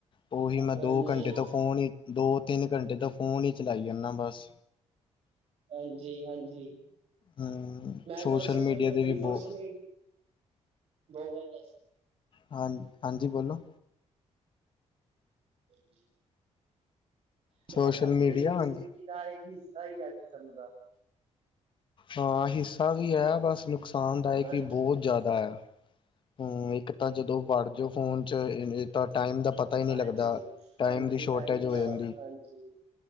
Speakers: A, on the left; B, on the right.
A: ਉਹੀ ਮੈਂ
B: ਹਾਂਜੀ
A: ਦੋ ਘੰਟੇ ਤੋਂ ਫੋਨ ਹੀ, ਦੋ ਤਿੰਨ ਘੰਟੇ ਤਾਂ ਫੋਨ ਹੀ ਚਲਾਈ ਜਾਂਨਾ ਬਸ।
B: ਹਾਂਜੀ ਹਾਂਜੀ,
A: ਹੂੰ
B: ਮੈਂ ਸੋਸ਼ਲ ਮੀਡੀਆ
A: ਦੇ
B: ਬਈ
A: ਵੀ
B: ਸੋਸ਼ਲ
A: ਬਹੁ
B: ਮੀਡੀਆ ਬਹੁਤ ਵੱਡਾ ਹੈ
A: ਹਾਂ, ਹਾਂਜੀ ਬੋਲੋ
B: ਹਾਂ <unintelligible>
A: ਸੋਸ਼ਲ
B: ਜਿਹੜਾ ਸਾਡੇ
A: ਮੀਡੀਆ
B: ਬਈ
A: ਹਾਂਜੀ।
B: ਜ਼ਿੰਦਗੀ ਦਾ, ਇੱਕ ਹਿੱਸਾ ਹੀ ਆ ਕਿਸਮ ਦਾ।
A: ਹਾਂ ਹਿੱਸਾ ਵੀ ਹੈ, ਬਸ ਨੁਕਸਾਨਦਾਇਕ
B: ਹਾਂਜੀ
A: ਵੀ ਬਹੁਤ ਜ਼ਿਆਦਾ ਹੈ। ਹੂ, ਇੱਕ ਤਾਂ ਜਦੋਂ ਵੜ ਜਾਓ ਫੋਨ ਚ, ਤਾਂ ਟਾਈਮ ਦਾ ਪਤਾ ਪਤਾ ਹੀ ਨਹੀਂ
B: ਹਾਂਜੀ
A: ਲੱਗਦਾ, ਟਾਈਮ
B: ਹਾਂਜੀ
A: ਦੀ ਸ਼ੋਰਟੇਜ ਹੋ
B: ਖਰਾਬ
A: ਜਾਂਦੀ।
B: ਹਾਂਜੀ